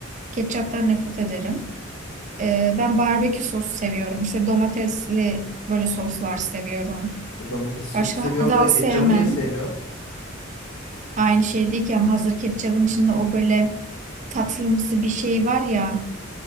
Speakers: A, on the right; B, on the left.
A: Ketçaptan nefret ederim. Ee, ben barbekü sosu seviyorum. İşte domatesli böyle soslar seviyorum.
B: E domates sosu
A: Başka
B: seviyorsun
A: hardal
B: da ketçabı
A: sevmem.
B: niye sevmiyorsun?
A: aynı şey değil ki ama hazır ketçabın içinde o böyle tatlımsı bir şey var ya